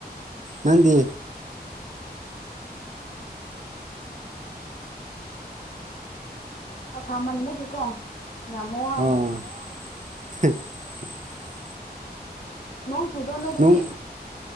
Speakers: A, on the right (about 45°); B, on the left (about 50°).
A: ꯅꯪꯗꯤ
B: ꯑ ꯁꯥꯃꯟꯕꯒꯤꯀꯣ ꯌꯥꯝ ꯋꯥꯏ
A: ꯑꯥ <inaudible>
B: ꯅꯣꯡ ꯆꯨꯗ꯭ꯔꯣ ꯅꯣꯏꯗꯗꯤ
A: ꯅꯣꯡ